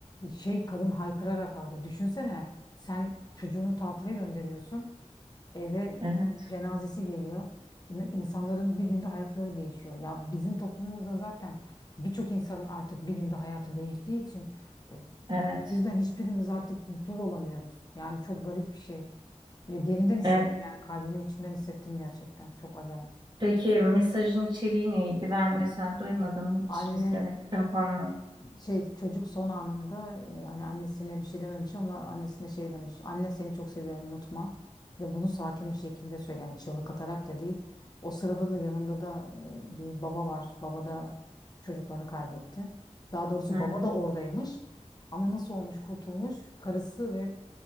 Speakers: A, on the left (about 35°); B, on the right (about 40°).
A: şey kadın haykırarak ağlıyor. Düşünsene sen çocuğunu tatile gönderiyorsun eve
B: Evet,
A: cenazesi geliyor. İn- İnsanların bir günde hayatları değişiyor. Ya bizim toplumumuzda zaten birçok insanın artık bir günde hayatı değiştiği için e,
B: evet.
A: o yüzden hiçbirimiz artık mutlu da olamıyoruz. Yani çok garip bir şey. Ve derinden hissettim
B: E,
A: yani kalbimin içinden hissettim gerçekten. Çok acayip.
B: peki mesajın içeriği neydi? Ben mesela duymadım, hiç
A: Anne
B: izlemek olmadı.
A: şey çocuk son anında e, hani annesine bir şey dememiş ama annesine şey demiş. Anne seni çok seviyorum unutma. Ve bunu sakin bir şekilde söyle yani çığlık atarak da değil. O sırada da yanında da e, bir baba var. Baba da çocuklarını kaybetti. Daha doğrusu
B: Hı hı,
A: baba da oradaymış. Ama nasıl olmuş kurtulmuş? Karısı ve